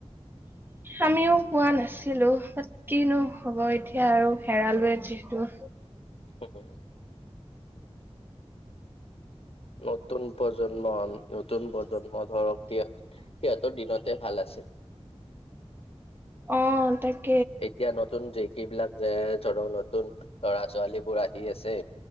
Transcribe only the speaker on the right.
আমিও পোৱা নাছিলো। কিনো হব এতিয়া আৰু হেৰালোৱে যিহেতু
অ তাক